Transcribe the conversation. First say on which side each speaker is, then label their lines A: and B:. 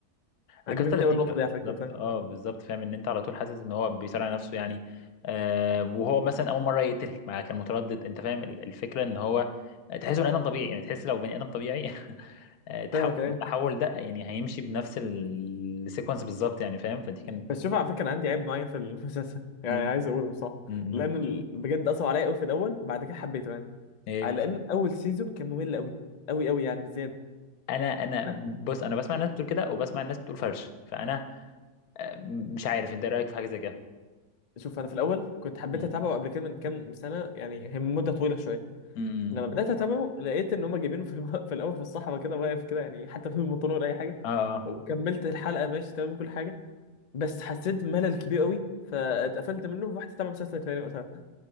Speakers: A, on the left; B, on the left.
A: عجبتني
B: القصه لذيذه
A: قوي النقطه دي على فكره
B: بالظبط
A: فاهم
B: اه بالظبط فاهم ان انت على طول حاسس ان هو بيصارع نفسه يعني آه وهو مثلا اول مره يقتل ما كان متردد انت فاهم ال- الفكره ان هو تحسه بني ادم طبيعي يعني تحس لو بني ادم طبيعي <laughs> آه، تحول
A: فاهمك ايه
B: التحول ده يعني هيمشي بنفس ال- السيكونس بالظبط يعني فاهم فدي كانت
A: بس شوف على فكره انا عندي عيب معين في <laughs> المسلسل يعني
B: مم.
A: عايز اقوله بصراحه
B: مم.
A: لان ال- بجد اثر عليا قوي في الاول وبعد كده حبيته يعني
B: ايه
A: على ان اول سيزون كان ممل قوي قوي قوي يعني بزياده
B: انا انا
A: أنا-
B: بص انا بسمع الناس بتقول كده وبسمع الناس بتقول فرش فانا آه، مش عارف انت ايه رايك في حاجه زي كده
A: شوف انا في الاول كنت حبيت
B: مم.
A: اتابعه قبل كده من كام سنه يعني هي مده طويله شويه
B: مم.
A: لما بدات اتابعه لقيت ان هم جايبينه في الم... في الاول في الصحراء كده واقف كده يعني حتى بدون بنطلون ولا اي حاجه
B: اه اه
A: وكملت الحلقه ماشي تمام كل حاجه بس حسيت ملل كبير قوي فاتقفلت منه ورحت اتابع مسلسل تاني وقتها